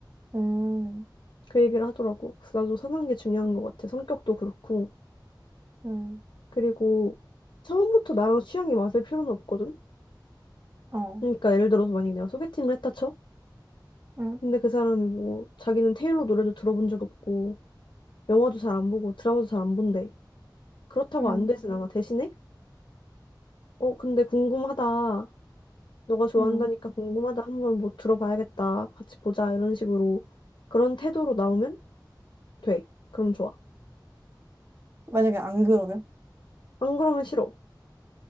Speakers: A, on the right; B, on the left.
A: 음,
B: 그 얘기를 하더라고. 그래서 나도 선한 게 중요한 것 같아. 성격도 그렇고.
A: 음,
B: 그리고 처음부터 나랑 취향이 맞을 필요는 없거든.
A: 어,
B: 그러니까 예를 들어서 만약에 내가 소개팅을 했다 쳐?
A: 음,
B: 근데 그 사람이 뭐 자기는 테일러 노래도 들어본 적 없고 영화도 잘 안 보고 드라마도 잘 안 본대. 그렇다고
A: 음,
B: 안 되진 않아. 대신에 어 근데 궁금하다. 너가 좋아한다니까
A: 음.
B: 궁금하다. 한번 뭐 들어봐야겠다. 같이 보자. 이런 식으로 그런 태도로 나오면 돼. 그럼 좋아.
A: 만약에 안 그러면?
B: 안 그러면 싫어.